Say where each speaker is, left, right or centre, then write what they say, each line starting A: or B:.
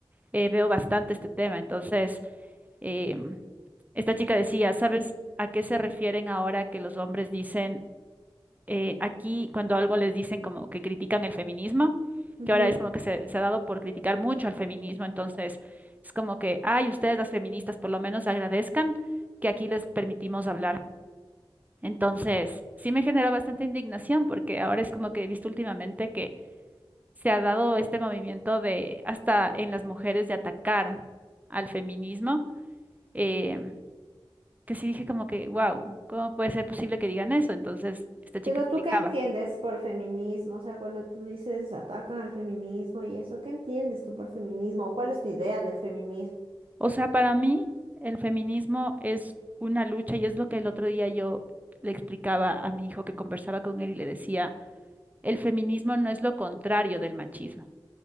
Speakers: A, on the right; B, on the right.
A: eh, veo bastante este tema. Entonces, em, esta chica decía, ¿sabes a qué se refieren ahora que los hombres dicen eh, aquí cuando algo les dicen como que critican el feminismo,
B: ujú.
A: que ahora es como que se, se ha dado por criticar mucho al feminismo, entonces es como que, ay, ustedes las feministas por lo menos agradezcan que aquí les permitimos hablar. Entonces, sí me generó bastante indignación porque ahora es como que he visto últimamente que se ha dado este movimiento de hasta en las mujeres de atacar al feminismo, eh, que sí dije como que, wow, ¿cómo puede ser posible que digan eso? Entonces, esta chica
B: Pero
A: explicaba.
B: tú qué entiendes por feminismo? O sea, cuando tú dices atacan al feminismo y eso, ¿qué entiendes tú por feminismo? ¿O cuál es tu idea del feminismo?
A: O sea, para mí el feminismo es una lucha y es lo que el otro día yo le explicaba a mi hijo que conversaba con él y le decía, el feminismo no es lo contrario del machismo,